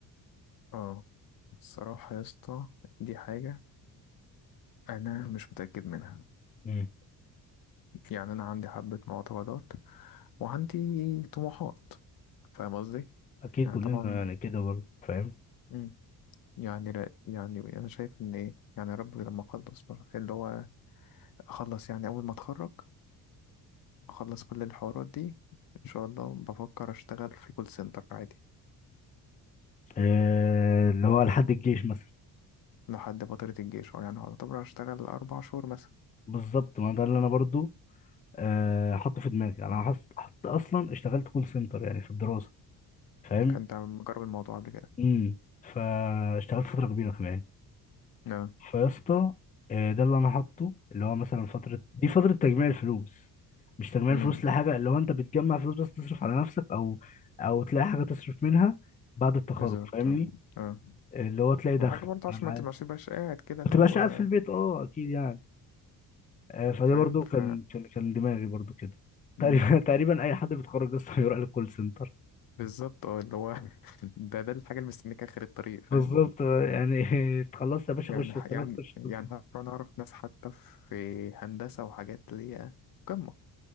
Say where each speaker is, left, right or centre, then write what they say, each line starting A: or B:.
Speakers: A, on the left (about 60°); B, on the left (about 20°).
A: اه الصراحة يا اسطى دي حاجة أنا مش متأكد منها
B: مم.
A: يعني أنا عندي حبة معتقدات وعندي طموحات فاهم قصدي؟
B: اكيد
A: يعني
B: كلنا
A: طبعا
B: يعني كده برضه فاهم
A: مم. يعني لا يعني أنا شايف إن إيه يعني ربي لما أخلص بقى اللي هو أخلص يعني أول ما أتخرج أخلص كل الحوارات دي إن شاء الله بفكر أشتغل في كول سنتر عادي
B: آه اللي هو لحد الجيش مثلا
A: لحد فترة الجيش أو يعني هعتبر أشتغل أربع شهور مثلا
B: بالظبط ما ده اللي انا برضه آه حاطه في دماغي يعني انا حط حط اصلا اشتغلت كول سنتر يعني في الدراسه فاهم
A: كنت مجرب الموضوع قبل كده
B: امم فاشتغلت فتره كبيره كمان
A: آه.
B: فيا اسطى آه، ده اللي انا حاطه اللي هو مثلا فتره دي فتره تجميع الفلوس مش تجميع
A: مم.
B: الفلوس لحاجه اللي هو انت بتجمع فلوس بس تصرف على نفسك او او تلاقي حاجه تصرف منها بعد التخرج
A: بالظبط
B: فاهمني
A: اه اه.
B: آه، اللي هو تلاقي دخل
A: وحاجة برضه عشان
B: انا معاك
A: ما تبقاش بقاش قاعد كده اللي
B: ما تبقاش
A: هو
B: قاعد في البيت اه اكيد يعني آه، فده
A: فاهم
B: برضو
A: ف
B: كان كان كان دماغي برضو كده
A: مم.
B: تقريبا <laughs> تقريبا اي حد بيتخرج اصلا بيروح للكول سنتر
A: بالظبط اه اللي هو <laughs> ده ده الحاجة اللي مستنيك آخر الطريق فاهم
B: بالظبط آه، يعني <laughs> اتخلصت يا باشا
A: يعني
B: خش
A: ح-
B: اتخرجت
A: يعني
B: خش الكول
A: يعني
B: سنتر
A: أنا أعرف ناس حتى في هندسة وحاجات اللي هي قمة